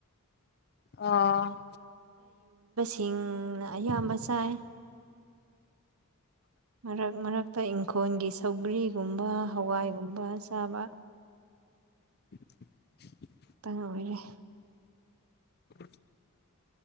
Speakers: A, on the left (about 50°); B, on the right (about 75°).
A: ꯑꯣ
B: ꯆꯤꯡꯅ ꯑꯌꯥꯝꯕ ꯆꯥꯏ ꯃꯔꯛ ꯃꯔꯛꯇ ꯈꯣꯟꯒꯤ ꯁꯧꯒ꯭ꯔꯤꯒꯨꯝꯕ ꯍꯋꯥꯏꯒꯨꯝꯕ ꯆꯥꯕ
A: <inaudible>
B: ꯇꯉꯕꯤꯔꯦ
A: <inaudible>